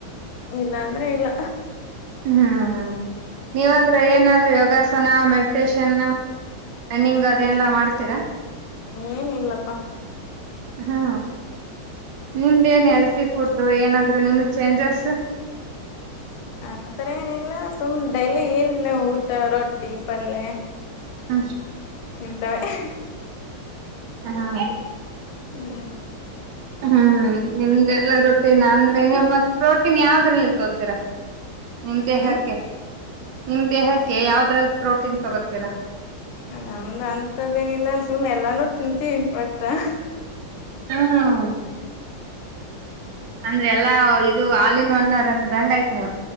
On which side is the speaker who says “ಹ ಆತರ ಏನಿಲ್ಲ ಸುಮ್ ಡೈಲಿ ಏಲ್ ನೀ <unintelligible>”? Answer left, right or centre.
Left